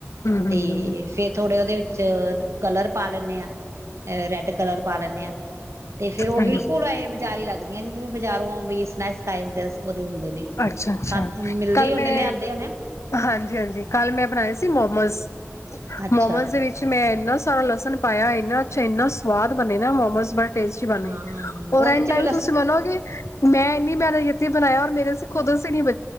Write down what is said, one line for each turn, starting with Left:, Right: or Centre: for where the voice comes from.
Left: ਹੂੰ ਹੂੰ
Right: ਤੇ ਫੇਰ ਥੋੜੇ ਉਹਦੇ ਵਿੱਚ ਕਲਰ ਪਾ ਲੈਂਦੇ ਹਾਂ, ਏ ਰੈੱਡ ਕਲਰ ਪਾ ਲੈਂਦੇ ਹਾਂ ਤੇ ਫੇਰ ਉਹ
Left: ਹਾਂਜੀ
Right: ਬਿਲਕੁਲ ਐਂ ਵਿਚਾਰ ਹੀ ਲੱਗਦਾ ਜ ਜਿਵੇ ਵੀ ਬਜ਼ਾਰੋਂ ਵੀ ਸਨੈਕਸ ਖਾਏ ਹੁੰਦੇ ਉਹਦੇ ਹੁੰਦੇ ਨੇ
Left: ਅੱਛਾ, ਅੱਛਾ।
Right: ਖਾ ਮਿਲਦੇ
Left: ਕੱਲ
Right: ਹੀ ਉਹਨੇ
Left: ਮੈਂ,
Right: ਲਿਆਂਦੇ ਹੋਣੇ
Left: ਹਾਂਜੀ-ਹਾਂਜੀ। ਕੱਲ ਮੈਂ ਬਣਾਏ ਸੀ ਮੋਮਸ,
Right: ਅੱਛਾ
Left: ਮੋਮਸ ਦੇ ਵਿੱਚ ਮੈਂ ਇਹਨਾਂ ਸਾਰਾ ਲਸਣ ਪਾਇਆ ਹੋਏ ਨਾ ਇੰਨਾ ਅੱਛਾ ਇੰਨਾ ਸਵਾਦ ਬਣੇੇ ਨਾ ਮੋਮੋਸ ਬਤ ਬੋਤ ਤਸਟੀ ਬਣਨ
Right: ਹਾਂ
Left: ਹੈ ਹੋਏ
Right: ਉਹਦੇ
Left: ਐਂਡ
Right: ਚ
Left: ਟਾਈਮ
Right: ਵੀ ਲਸ
Left: ਤੇ ਤੁਸੀਂ ਮੰਨੋਗੇ ਮੈਂ ਨਹੀਂ ਮੈਂਨ ਯਤੀ ਬਣਾਇਆਔਰ ਮੇਰੀ ਸੀਂ ਖੁਦ ਅਸੀਂ ਬ